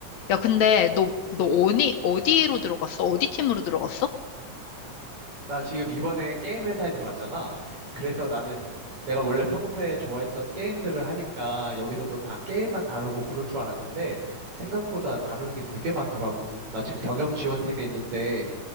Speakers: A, on the left; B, on the right.
A: 야, 근데 너, 너 어디, 어디로 들어갔어? 어디 팀으로 들어갔어?
B: 나 지금 이번에 게임 회사에 들어갔잖아. 그래서 나는 내가 원래 평소에 좋아했던 게임들을 하니까 여기서도 다 게임만 다루고 그럴 줄 알았는데 생각보다 다루는 게 되게 많더라고. 나 지금 경영 지원팀에 있는데